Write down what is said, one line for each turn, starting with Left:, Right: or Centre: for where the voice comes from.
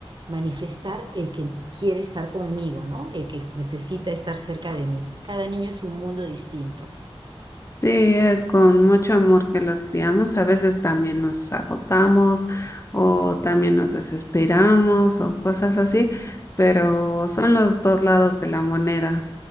Right: manifestar el que quiere estar conmigo, ¿no? El que necesita estar cerca de mí. Cada niño es un mundo distinto.
Left: Sí, es con mucho amor que los criamos. A veces también nos agotamos o también nos desesperamos o cosas así, pero son los dos lados de la moneda,